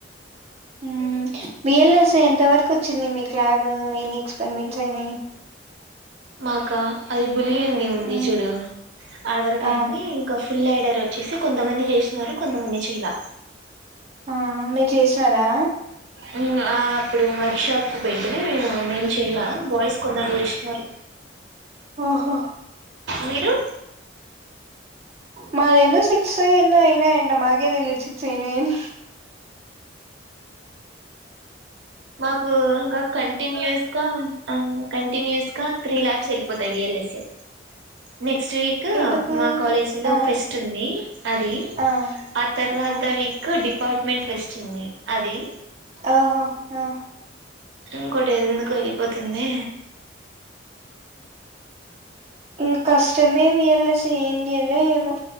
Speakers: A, on the right (about 35°); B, on the right (about 75°).
A: ఉమ్ బిఎల్ఎస్ ఎంత వరకు వచ్చింది మీకు ల్యాబ్ ఈ వీక్స్. పన్ మిల్స్ ఆయ్నయ్.
B: మాకా అది బులిగి ఉంది ఉంది
A: మ్మ్
B: చూడు ఆడవరకు
A: ఆ
B: అయింది ఇంకా ఫుల్ ఐడర్. వచ్చేసి కొంతమంది చేసినారు కొంతమంది చేయలే.
A: ఆహ్ మీరు చేసినారా.
B: ఉమ్ ఆహ్ అప్పుడు వర్క్ షాప్ కి పోయింటిమి మేము నేను చేయలా బాయ్స్ కొందరు చేశినారు.
A: ఒహొ.
B: మీరు.
A: మాయేన్నో సిక్స్ ఫైవ్ ఎన్నో అయినాయంట మాకే తెలీదు. సిక్స్ అయినయన్.
B: మాకు ఇంకా కంటిన్యూస్ గా. ఆహ్ కంటిన్యూస్ గా త్రీ లాబ్స్ ఎళ్ళిపోతాయి బిఎల్ఎస్సే. నెక్స్ట్ వీక్
A: ఎందుకు
B: మా కాలేజిలో
A: ఆ
B: ఫెస్ట్ ఉంది అది.
A: ఆ
B: ఆ తర్వాత
A: మ్మ్
B: వీక్ డిపార్ట్మెంట్ ఫెస్ట్ ఉంది అది.
A: ఒహో ఆహ్.
B: ఇంకోటి ఏది ఎందుకు ఎళ్ళిపోతుంది.
A: ఇవి కష్టమే వియల్సే సేమ్ చెయలో ఏమో.